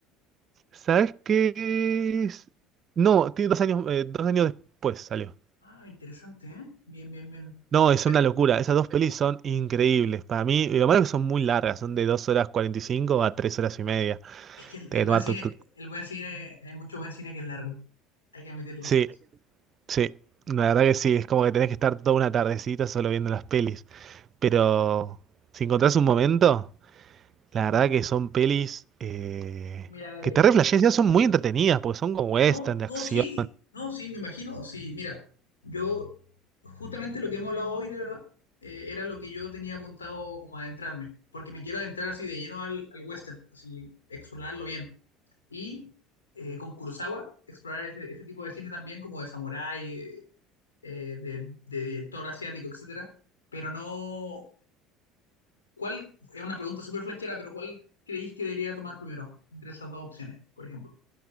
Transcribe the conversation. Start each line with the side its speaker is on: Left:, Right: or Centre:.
Right: ¿Sabes qué es? No, tiene dos años, eh, dos años después salió.
Left: Ah, interesante, ¿eh? Bien, bien, bien.
Right: No, es
Left: Pero
Right: una locura. Esas dos pelis son increíbles. Para mí, y lo malo es que son muy largas, son de 2 horas 45 a 3 horas y media.
Left: es que el,
Right: Te
Left: el buen
Right: tomar
Left: cine,
Right: tu, tu-
Left: el buen cine, hay mucho buen cine que es largo. Hay que admitirlo.
Right: Sí, sí. La verdad que sí, es como que tenés que estar toda una tardecita solo viendo las pelis. Pero si encontrás un momento, la verdad
Left: M-
Right: que son pelis eh,
Left: Mira, Ale,
Right: que te
Left: es-
Right: reflejas, son muy entretenidas, porque son como western
Left: No,
Right: de
Left: no,
Right: acción.
Left: sí, no, sí, me imagino, sí, mira, yo justamente lo que hemos hablado hoy, de verdad, eh, era lo que yo tenía apuntado como adentrarme, porque me quiero adentrar así de lleno al, al western, así, explorarlo bien. Y eh, con Kurosawa, explorar ese, ese tipo de cine también, como de samurái, eh, eh, de, de director asiático, etcétera. Pero no, ¿cuál? Es una pregunta súper flashera, pero ¿cuál creéis que debería tomar primero entre esas dos opciones, por ejemplo?